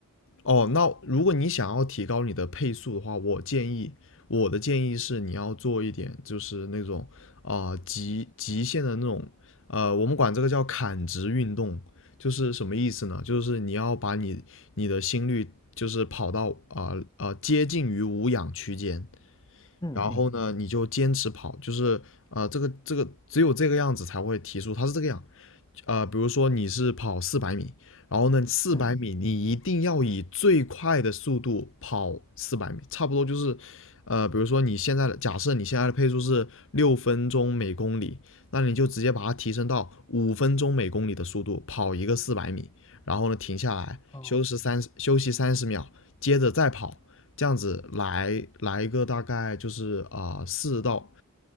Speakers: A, on the left; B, on the left.
A: 哦，那如果你想要提高你的配速的话，我建议，我的建议是你要做一点，就是那种啊、呃极极限的那种，呃，我们管这个叫砍直运动，就是什么意思呢？就是你要把你你的心率就是跑到啊啊、呃呃接近于无氧区间，
B: 嗯嗯
A: 然后呢，你就坚持跑，就是呃，这个这个只有这个样子才会提速，它是这个样，呃，比如说你是跑四百米，然后呢，四百米你一定要以最快的速度跑四百米，
B: 嗯，
A: 差不多就是，呃，比如说你现在的假设你现在的配速是六分钟每公里，那你就直接把它提升到五分钟每公里的速度跑一个四百米，然后呢停下来休息三休息三十秒，
B: 哦，
A: 接着再跑，这样子来来一个大概就是啊四、呃到，